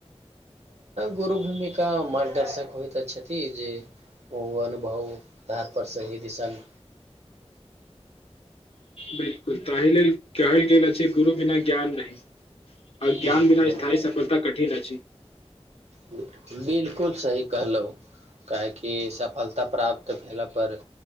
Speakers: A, on the right (about 75°); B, on the left (about 60°).
A: गुरु भूमिका मार्गदर्शक होइत छथि जे ओ अनुभव धारपर सही दिसन
B: बिलकुल तहि लेल कहल गेल अछि गुरु बिना ज्ञान नहि अज्ञान
A: बिलकुल
B: बिना स्थायी सफलता कठिन अछि
A: बिलकुल सही कहलहु काहे कि सफलता प्राप्त भेलपर